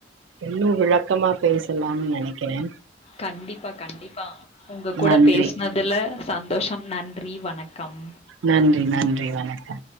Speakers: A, on the right (about 80°); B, on the left (about 35°).
A: இன்னு விளக்கமா பேச லாம்னு நெனக்குறே
B: கண்டிப்பா கண்டிப்பா ஒங்க கூட
A: நன்றி
B: பேசுனது இதுல சந்தோஷம் நன்றி வணக்கம்
A: நன்றி நன்றி வணக்கம்